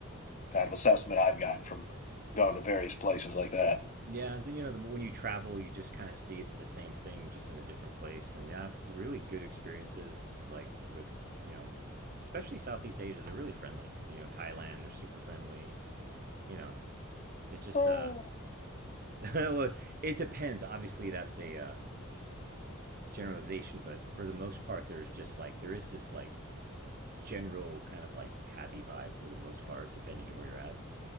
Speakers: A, on the left; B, on the right.
A: kind of assessment I've gotten from going to various places like that.
B: Yeah, and then, you know, the, when you travel, you just kind of see it's the same thing, just in a different place. And yeah, I've really good experiences, like with, you know, especially Southeast Asia. They're really friendly. You know, Thailand, they're super friendly. You know, it's just,
A: Eh,
B: uh, <laughs> well, it depends. Obviously, that's a, uh, a generalization, but for the most part, there's just like, there is this like general kind of like happy vibe for the most part, depending on where you're at,